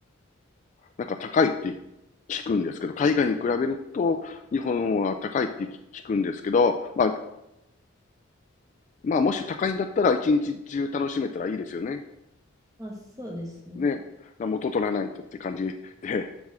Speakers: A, on the left; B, on the right.
A: なんか高いって聞くんですけど、海外に比べると日本は高いって聞くんですけど、まあ、まあ、もし高いんだったら一日中楽しめたらいいですよね。
B: まあ、そうですね。
A: ね。元取らないとって感じで、